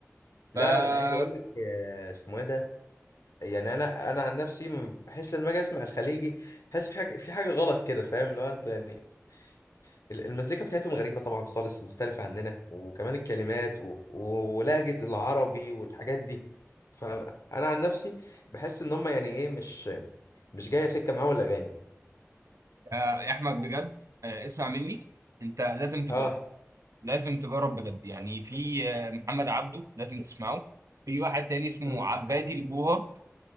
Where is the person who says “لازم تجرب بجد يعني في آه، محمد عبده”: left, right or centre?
Right